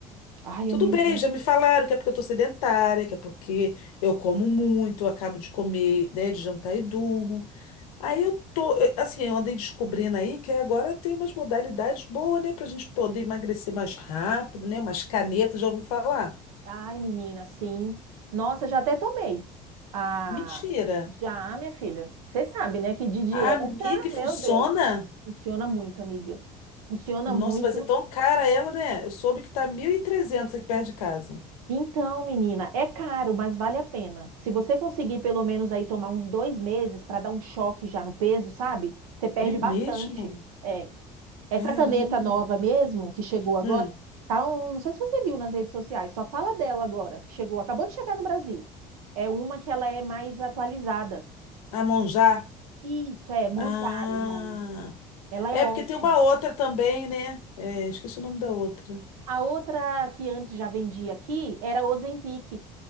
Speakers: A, on the right; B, on the left.
A: Ai,
B: Tudo
A: amiga.
B: bem, já me falaram que é porque eu tô sedentária, que é porque eu como muito, eu acabo de comer, né, de jantar e durmo. Aí eu tô, eh, assim, eu andei descobrindo aí que agora tem umas modalidades boas, né, pra gente poder emagrecer mais rápido, né? Umas canetas, já ouviu falar?
A: Ai, menina, sim. Nossa, eu já até tomei. Ah,
B: Mentira.
A: já, minha filha. Você sabe, né, que de dieta,
B: Amiga, e
A: meu
B: funciona?
A: Deus, funciona muito, amiga. Funciona
B: Nossa,
A: muito.
B: mas é tão cara ela, né? Eu soube que tá 1.300 aqui perto de casa.
A: Então, menina, é caro, mas vale a pena. Se você conseguir pelo menos aí tomar uns dois meses para dar um choque já no peso, sabe? Você perde
B: É mesmo?
A: bastante. É. Essa
B: Caramba.
A: caneta nova mesmo, que chegou agora,
B: Hum,
A: tá um- não sei se você viu nas redes sociais, só fala dela agora, que chegou, acabou de chegar no Brasil. É uma que ela é mais atualizada.
B: a Monjá?
A: Isso, é Monjaro
B: Ah.
A: o nome. Ela é
B: É
A: ótima.
B: porque tem uma outra também, né? É, esqueci o nome da outra.
A: A outra que antes já vendia aqui era Ozempic.